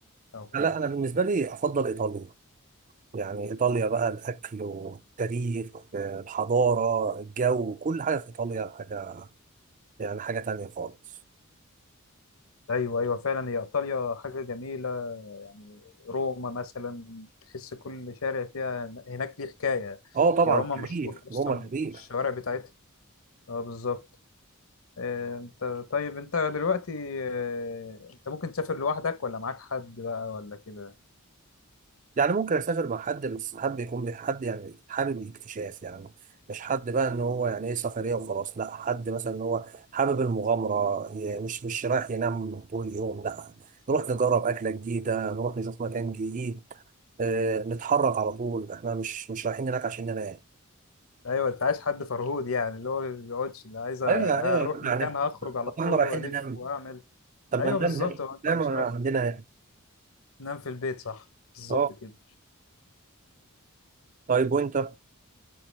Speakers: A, on the left; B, on the right.
A: او كده
B: لا انا بالنسبة لي افضل ايطاليا يعني إيطاليا بقى الأكل والتاريخ آه، الحضارة الجو كل حاجة في إيطاليا حاجة يعني حاجة تانية خالص
A: ايوه ايوه فعلا هي ايطاليا حاجه جميله يعني روما مثلا تحس كل شارع فيها هناك ليه حكايه
B: اه طبعا
A: يا روما
B: تاريخ
A: مشهور اصلا
B: روما تاريخ
A: الشوارع بتاعتها اه بالظبط آه، انت طيب انت دلوقتي آه، انت ممكن تسافر لوحدك ولا معاك حد بقى ولا كده
B: يعني ممكن أسافر مع حد بس حابب يكون بي- حد يعني حابب الاكتشاف يعني مش حد بقى إن هو يعني إيه سفرية وخلاص لا حد مثلا إن هو حابب المغامرة ي- مش مش رايح ينام طول اليوم لا نروح نجرب أكلة جديدة نروح نشوف مكان جديد آه، نتحرك على طول احنا مش مش رايحين هناك عشان ننام
A: ايوه انت عايز حد فرهود يعني اللي هو ما بيقعدش اللي عايز أ-
B: ايوه ايوه
A: هروح مكان
B: يعني
A: هخرج على
B: طب
A: طول
B: احنا رايحين
A: والف
B: ننام
A: واعمل
B: طب
A: ايوه
B: ما ننام
A: بالظبط هو انت
B: ننام
A: مش
B: عندنا
A: رايح
B: يعني
A: تنام في البيت صح بالظبط
B: اه
A: كده
B: طيب وانت